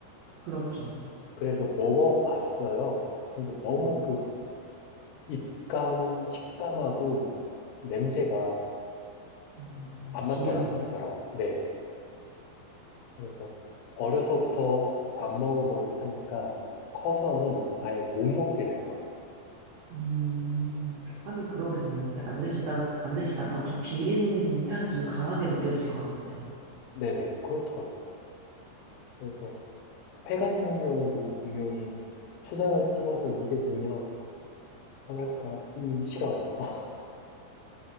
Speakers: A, on the right; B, on the left.
A: 그렇죠.
B: 그래서 먹어봤어요. 근데 너무
A: 음,
B: 그 입감, 식감하고 냄새가
A: 음,
B: 안 맞더라고요,
A: 비려서.
B: 저랑. 네. 그래서 어려서부터 안 먹어버릇하니까 커서는 아예 못 먹게 된 거예요.
A: 음. 하긴 그러겠네요. 그러니까 안 드시다, 안 드시다가 좀 비린 향이 좀 강하게 느껴지실 것 같아요.
B: 네네, 그렇더라고요. 그래서 회 같은 경우도 분명히 초장을 찍어서 입에 넣으면 뭐랄까, 음, 싫어요. <laughs>